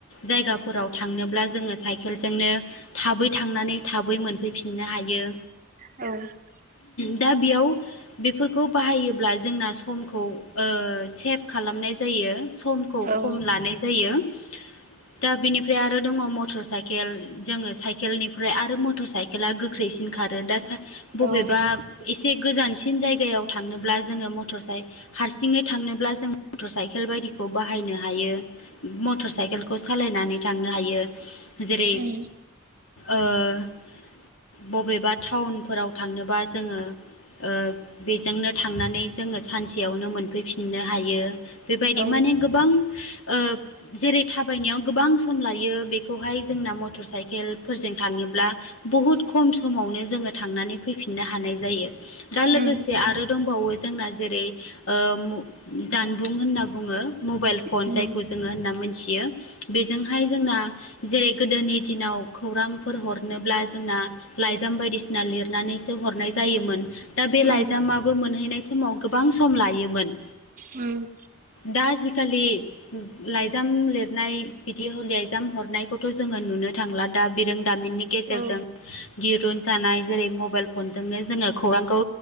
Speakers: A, on the left; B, on the right.
A: जायगाफोराव थांनोब्ला जोङो साइकेलजोंनो। थाबै थांनानै थाबै मोनफैफिननो हायो।
B: औ
A: दा बेयाव बेफोरखौ बाहायोब्ला जोंना समख मखौ ओ-सेभ खालामनाय जायो समखौ
B: औ
A: खम लानाय जायो दा बिनिफ्राय आरो दङ मटर साइकेल जोङो साइकेलनिफ्राय आरो मटर साइक खेला गोख्रैसिन खारो दा बबेबा
B: औ
A: एसे गोजानसिन जायगायाव थांनोब्ला जोङो मथ मटर साइ हारसिङै थांनोब्ला जों मटर साइकेल बायदिखौ बाहायनो हायो। मटर साइकेलखौ सालायनानै थांनो हायो जेरै
B: उम
A: ओ-बबेबा टाउनफोराव थांनोबा जोङो। ओ-बेजोंनो थांनानै। जोङो सानसेयावनो मोनफैफिननो हायो बेबायदि
B: औ
A: माने गोबां ओ- जेरै थाबायनायाव गोबां सम लायो बेखौहाय जोंना मटर साइकेलफोरजों थाङोब्ला। बहुद खम समावनो जोङो थांनानै फैफिननो हानाय जायो। दा लोगोसे
B: उम
A: आरो दंबावो जोंना जेरै ओ- जानबुं होनना बुङो मबाइल फन
B: उम
A: जायखौ जोङो होनना मोनथियो। बेजोंहाय जोंना जेरै गोदोनि दिनाव खौरांफोर हरनोब्ला जोंना। लाइजाम बायदिसिना लिरनानैसो हरनाय जायोमोन दा बे
B: उम
A: लाइजामाबो मोनहैनाय समाव गोबां सम लायोमोन
B: उम
A: दा आजिखालि। लाइजाम लिरनाय बिदि लइजाम हरनायखौथ' जोङो नुनो थांला दा बिरोंदामिननि गेज गेजेरजों
B: औ
A: दिरुन जानाय जेरै मबाइल फनजोंनो जोङो खौरांखौ